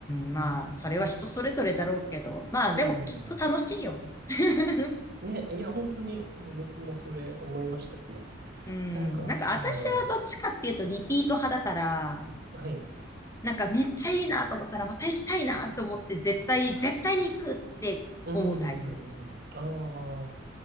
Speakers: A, on the left; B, on the right.
A: ん、まあ、それは人それぞれだろうけど、まあ、
B: うん。
A: でもきっと楽しいよ。<laughs>
B: ね、いや、本当に、うん僕もそれ思いました、今。
A: うん、
B: なんか、
A: なんか私はどっちかっていうとリピート派だから、
B: うん、はい。
A: なんかめっちゃいいなと思ったらまた行きたいなと思って絶対、絶対に行くって思うタイプ。
B: うん、ああ